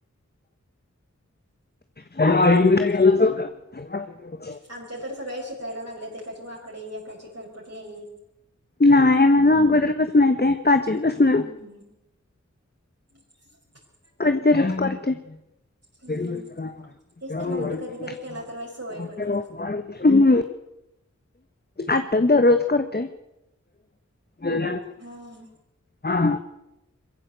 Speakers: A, on the left; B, on the right.
A: त्याला आईमध्ये
B: हम्म
A: घालच का? <unintelligible>
B: आमच्या तर सगळ्या शिक प्यायला लागलेत. एकाची वाकडी एकाची खरपटलेली
A: नाहीय मला अगोदर पासन येतय पाचवीपासन.
B: हम्म <inaudible>
A: कधी तरच करतोय.
B: हम्म
A: <unintelligible>
B: तेच त्यांना म्हणलं कधीतरी केला तर सवय पडेल
A: हु आता दररोज करतेय म
B: हा
A: हा हा